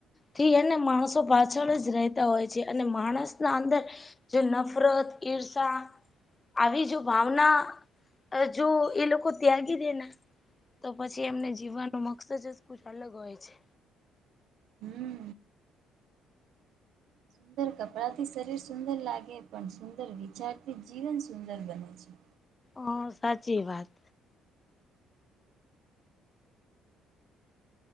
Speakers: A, on the left; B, on the right.
A: થી હેને માણસો પાછળ જ રહેતા હોય છે અને માણસના અંદર જો નફરત, ઈર્ષા આવી જો ભાવના જો એ લોકો ત્યાગી દેને તો પછી એમને જીવવાનો મકસદ જ કુછ અલગ હોય છે.
B: હમ સુંદર કપડાથી શરીર સુંદર લાગે પણ સુંદર વિચારથી જીવન સુંદર બને છે.
A: હ સાચી વાત.